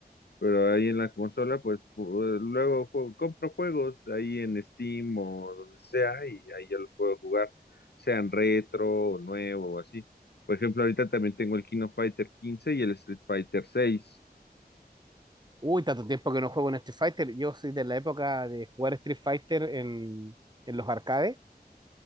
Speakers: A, on the left (about 80°); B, on the right (about 25°).
A: pero ahí en la consola pues pu- luego juego- compro juegos ahí en Steam o donde sea y ahí ya los puedo jugar, sean retro o nuevo o así. Por ejemplo, ahorita también tengo el Kino Fighter 15 y el Street Fighter seis
B: Uy, tanto tiempo que no juego en Street Fighter. Yo soy de la época de jugar Street Fighter en, en los arcades,